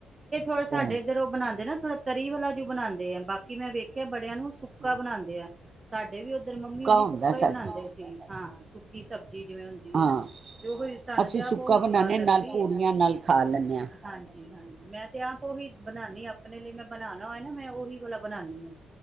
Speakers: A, on the right (about 30°); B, on the right (about 50°).
A: ਆ
B: ਤੇ
A: ਸਾਡੇ ਇਧਰ ਉਹ ਬਣਾਦੇ ਨਾ। ਥੋੜਾ ਤਰੀ ਵਾਲਾ ਜੋ ਬਣਾਉਦੇ ਆ ਬਾਕੀ ਮੈਂ ਵੇਖਿਆ ਬੜਿਆਂ ਨੂੰ ਸੁੱਕਾ
B: ਹਾਂ
A: ਬਣਾਂਦੇ ਆ। ਸਾਡੇ ਵੀ ਉੱਧਰ ਮੰਮੀ ਹੁਣੀ
B: ਹੁੰਦਾ
A: ਸੁੱਕਾ
B: ਸਾਡਾ
A: ਹੀ ਬਣਾਉਂਦੇ ਸੀ। ਹਾਂ ਸੁੱਕੀ ਸਬਜ਼ੀ ਜਿਵੇਂ ਹੁੰਦੀ
B: ਹਾਂ
A: ਹੈ ਨਾ ਤੇ ਉਹੀ ਸਾਨੂੰ
B: ਅਸੀਂ
A: ਤੇ ਆਪ
B: ਸੁੱਕਾ
A: ਉਹੀ
B: ਬਣਾਉਦੇ
A: ਸਵਾਦ ਲਗਦੀ
B: ਨਾਲ ਪੂੜੀਆਂ
A: ਆ
B: ਨਾਲ ਖਾ ਲੈਂਦੇ ਹਾਂ
A: ਹਾਂਜੀ। ਹਾਂਜੀ ਮੈਂ ਤੇ ਆਪ ਉਹੀ ਬਣਾਉਾਨੀ ਆਪਣੇ ਲਈ ਮੈਂ ਬਣਾਉਣਾ ਹੋਏ ਨਾ ਮੈਂ ਉਹੀ ਆਲਾ ਬਣਾਣੀ ਹਾਂ